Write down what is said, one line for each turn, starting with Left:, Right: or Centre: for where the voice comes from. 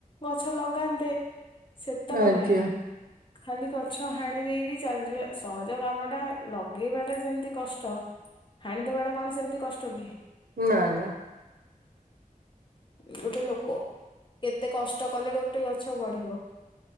Left: ଗଛ ଲଗାନ୍ତେ ସେତକ
Right: ଆଜ୍ଞା
Left: ନାହିଁ। ଖାଲି ଗଛ ହାଣି ଦେଇକି ଚାଲିଯିବା ସହଜ କାମଟା ଲଗେଇବାଟା ଯେମିତି କଷ୍ଟ। ହାଣିଦବା ଟା କଣ ସେମିତି କଷ୍ଟ କି?
Right: ନା ନା।
Left: ଗୋଟେ ଲୋକ କେତେ କଷ୍ଟ କଲେ ଗୋଟେ ଗଛ ବଢ଼ିବ।